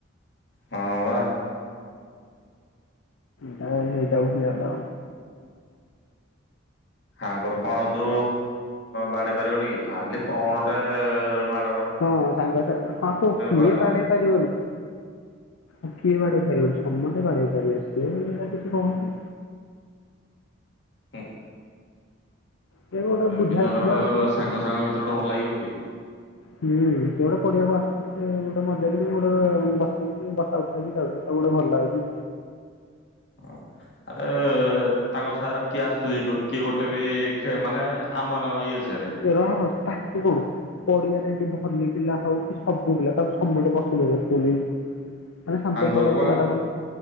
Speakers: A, on the left (about 55°); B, on the left (about 85°).
A: ହଁ ବା।
B: ହୁଁ ହେଇଟାକୁ ଭୁଲିଗଲ।
A: ସାଙ୍ଗର କଣ ତୁ ବାଡେଇ ପାରିବୁନିକି? ଖାଲି କଣ ଗୋଟେ ମା
B: ହଁ ସାଙ୍ଗ ସା ହଁ କିଏ
A: ବାଡେଇଲାନି
B: ବାଡେଇ ପାରିବନି। ଆଉ କିଏ ବାଢେଇ ପାରିବନି ସମସ୍ତେ ବାଢେଇ ପାରିବେ। ସିଏ ହେଟା କିଛି କହୁନି।
A: ହୁଁ।
B: ସେ ଗୋଟେ
A: ଏମିତି
B: ବୁଝା
A: ହେଲେ
B: ସୁଝା
A: ଗୋଟେ
B: ସେ
A: ସାଙ୍ଗ ସାଙ୍ଗ ଭିତରେ ଗୋଟେ ଭଲ ଲାଗିବ କି?
B: ହୁଁ ସେ ଗୋଟେ ପଡ଼ିଆକୁ ଆ ସେ ଗୋଟେ ମଜାକ ଗୋଟେ ବସେଇକି ବସା ଉଠାକରି ଯାଉଚି। ତାକୁ ଗୋଟେ ଭଲ ଲାଗୁଛି।
A: ହଁ ଆରେ ତାଙ୍କ ସାର କିଏ ଆସୁଚି କହିଲୁ କିଏ ଗୋଟେ ବି ସେ ମାନେ ଆମର ଇଏ ସାଇରେ।
B: ଏ ରହ ରହ ତାକୁ କହୁ। ପଡିଆରେ ଏଠି ଭଲି ପିଲା ହଉ କି ସବୁ ପିଲା ତାକୁ ସମତେ ପସନ୍ଦ କରୁଛନ୍ତି। ମାନେ ଶାନ୍ତ
A: ସାଙ୍ଗରକୁ
B: ସରଳ
A: ବା
B: ପିଲାଟା ବୋଲି